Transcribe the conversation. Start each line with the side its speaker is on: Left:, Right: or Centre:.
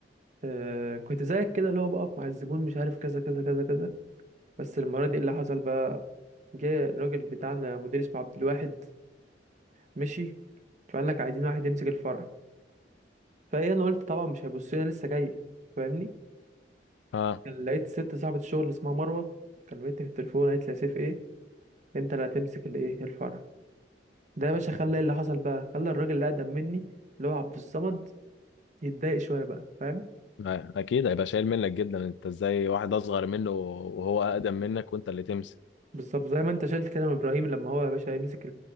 Right: آه كنت زيك كده اللي هو بقف مع الزبون مش عارف كذا كذا كذا كذا بس المرة دي إيه اللي حصل بقى جه الراجل بتاعنا مدير اسمه عبد الواحد مشي فقال لك عايزين واحد يمسك الفرع فايه انا قلت طبعا مش هيبص لي أنا لسه جاي فاهمني
Left: اه
Right: كان لقيت ست صاحبة الشغل اسمها مروة كلمتني في التليفون قالت لي يا سيف ايه انت اللي هتمسك الايه الفرع ده يا باشا خلى ايه اللي حصل بقى خلى الراجل اللي اقدم مني اللي هو عبد الصمد يتضايق شوية بقى فاهم
Left: ما- اكيد هيبقى شايل منك جدا انت ازاي واحد اصغر منه وهو اقدم منك وانت اللي تمسك
Right: بالظبط زي ما انت شلت كده من ابراهيم لما هو يا باشا مسك